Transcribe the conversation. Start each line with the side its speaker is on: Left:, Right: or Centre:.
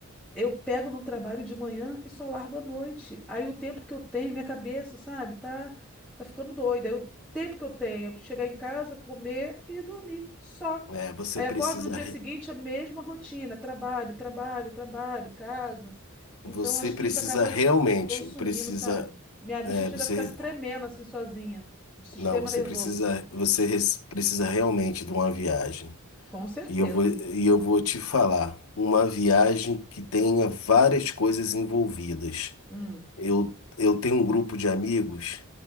Centre: Eu pego num trabalho de manhã e só largo à noite. Aí o tempo que eu tenho, minha cabeça, sabe, tá, tá ficando doida. Aí o tempo que eu tenho é chegar em casa, comer e dormir, só.
Left: É, você
Centre: Aí
Left: precisa,
Centre: acordo no dia
Left: re-
Centre: seguinte, a mesma rotina, trabalho, trabalho, trabalho, casa. Então
Left: você
Centre: acho
Left: precisa
Centre: que isso acaba
Left: realmente,
Centre: consumindo,
Left: precisa,
Centre: sabe? Minha vista
Left: é,
Centre: chega
Left: você,
Centre: a ficar se tremendo assim sozinha, do sistema
Left: não, você
Centre: nervoso.
Left: precisa, você res- precisa realmente de uma viagem.
Centre: Com certeza.
Left: E eu vou, e eu vou te falar, uma viagem que tenha várias coisas envolvidas.
Centre: Hum,
Left: Eu, eu tenho um grupo de amigos